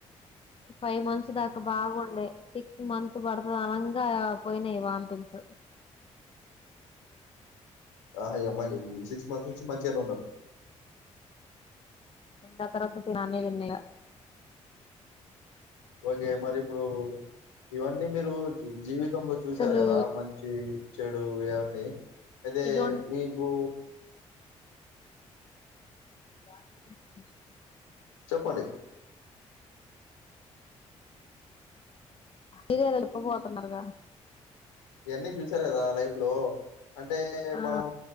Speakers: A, on the left; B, on the left.
A: ఫైవ్ మంత్స్
B: హ్మ్.
A: దాకా బాగుండే సిక్స్ మంత్ పడుతది అనంగా పోయినాయి వాంథింగ్స్
B: ఆ ఇగ మంచి సిక్స్ మంత్స్ నుంచి మంచిగానే ఉన్నరు
A: ఆ తర్వాత అన్ని తిన్న ఇంగ
B: ఓకే మరి ఇప్పుడు ఇవన్నీ మీరు జీవితంలో చూసారు
A: అసలు
B: కదా మంచి చెడు ఇవన్నీ అయితే
A: ఇదొ
B: మీకు
A: వా జ
B: చెప్పండి
A: మీరేదడప్ప పోతున్నారుగా
B: ఇవన్నీ చూసారు కదా లైఫ్ లో అంటే
A: ఆ
B: మనము